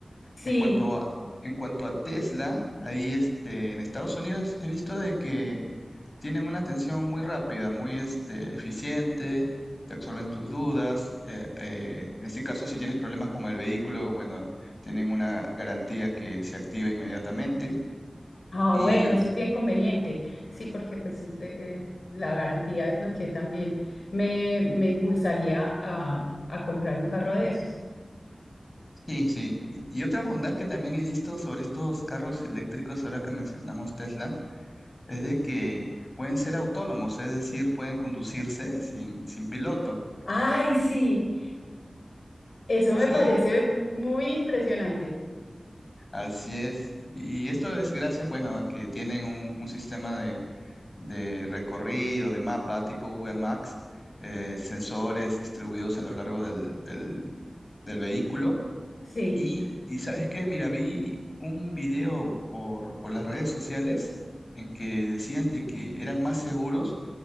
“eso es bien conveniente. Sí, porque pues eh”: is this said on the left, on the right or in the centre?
Left